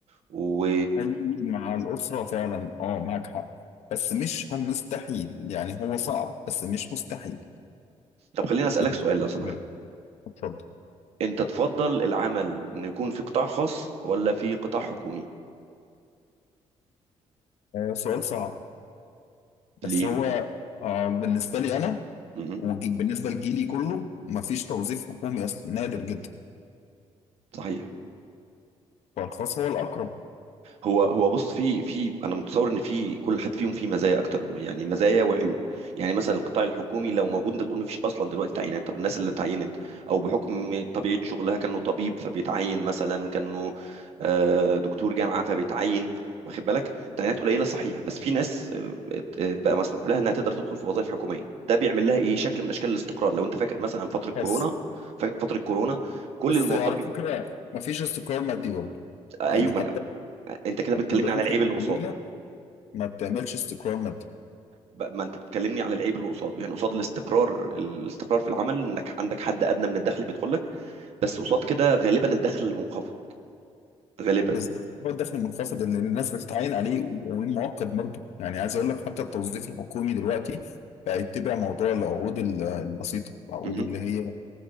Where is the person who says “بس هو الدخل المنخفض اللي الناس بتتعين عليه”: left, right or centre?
Left